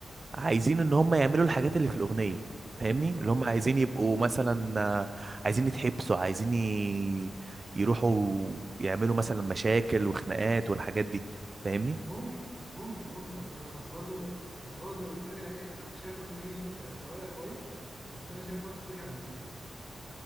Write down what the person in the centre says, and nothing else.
ايوه
ايوه
صح
فاهم
ممكن ممكن ممكن بس بس برضو بس برضو بترجع ايه انا انا شايف برضو ان هي انت انت رايك كويس بس انا شايف برضو بترجع للبيئه